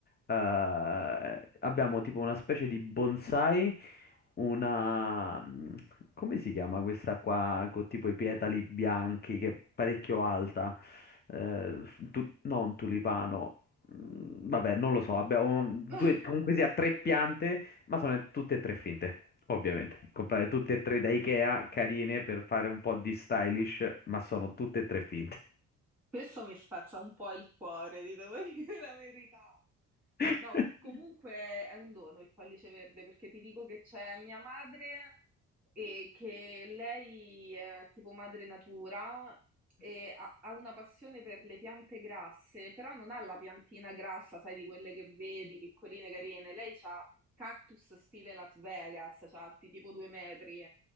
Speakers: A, on the left; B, in the centre.
A: eh, abbiamo tipo una specie di bonsai una... mh, come si chiama questa qua con tipo i petali bianchi che è parecchio alta? Eh, tu- no, un tulipano. Mm, Vabbè, non lo so, abbiamo due,
B: <laughs>
A: comunque sia tre piante, ma sono tutte e tre finte, ovviamente. Comprare tutte e tre da Ikea, carine per fare un po' di stylish, ma sono tutte e tre finte.
B: Questo mi spezza un po' il cuore, ti devo <laughs> dire la verità.
A: <laughs>
B: No, co- comunque è un dono il pollice verde perché ti dico che c'è mia madre e che lei è tipo madre natura e ha, ha una passione per le piante grasse, però non ha la piantina grassa, sai, di quelle che vedi, piccoline, carine. Lei ha cactus stile Las Vegas, cioè alti tipo due metri